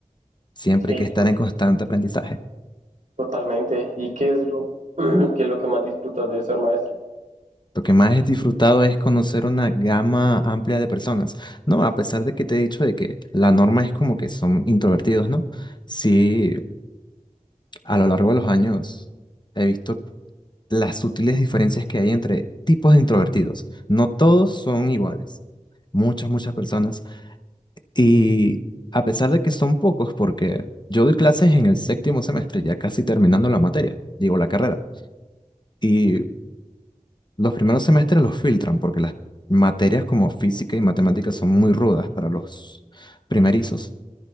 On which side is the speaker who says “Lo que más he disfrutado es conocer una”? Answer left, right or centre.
Left